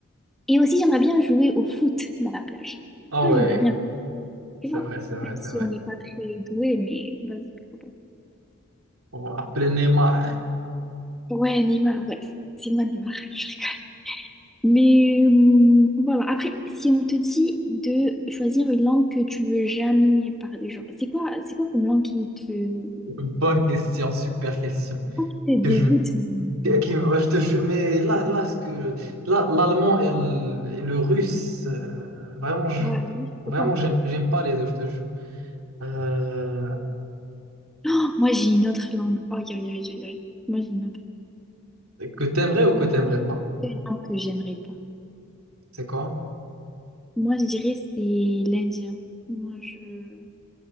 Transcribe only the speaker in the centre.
Et aussi, j'aimerais bien jouer au foot dans la plage.
Ça,
j'aimerais bien. Tu
vois,
même
si
on n'est pas très doué, mais vas-y, pourquoi
pas. Ouais, Neymar, ouais. C'est moi, Neymar. <laughs> Mais euh, voilà, après, si on te dit de choisir une langue que tu veux jamais parler, genre, c'est quoi, c'est quoi comme langue qui te,
pas qui te dégoûte,
mais
t'aimes
pas?
Ouais, je
sais pas.
Oh, moi, j'ai une autre langue. Oh, aïe, aïe, aïe, aïe, aïe. Moi, j'ai une autre.
C'est une langue que j'aimerais pas.
Moi, je dirais c'est l'indien. Moi, je...